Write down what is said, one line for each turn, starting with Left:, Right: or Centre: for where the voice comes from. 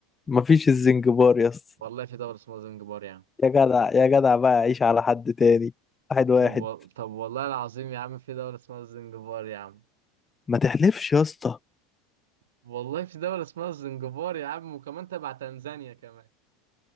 Left: مفيش الزنجبار يا اسطى
Right: والله في دولة اسمها زنجبار يا عم
Left: يا جدع يا جدع بقى عيش على حد تاني واحد واحد
Right: طب و... طب والله العظيم يا عم في دولة اسمها الزنجبار يا عم
Left: ما تحلفش يا اسطى
Right: والله في دولة اسمها الزنجبار يا عم وكمان تبع تنزانيا كمان